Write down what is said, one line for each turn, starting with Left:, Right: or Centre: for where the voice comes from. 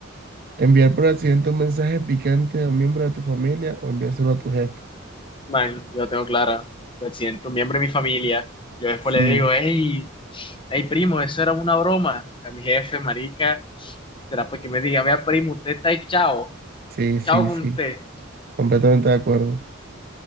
Right: Enviar por accidente un mensaje picante a un miembro de tu familia o enviárselo a tu jefe.
Left: Man, yo la tengo clara. Me siento un miembro de mi familia. Yo después
Right: Sí,
Left: le digo, hey, hey, primo, eso era una broma. A mi jefe, marica, será pues que me diga, vea, primo, usted está ahí, chao
Right: sí, sí,
Left: Chao con
Right: sí.
Left: usted.
Right: Completamente de acuerdo.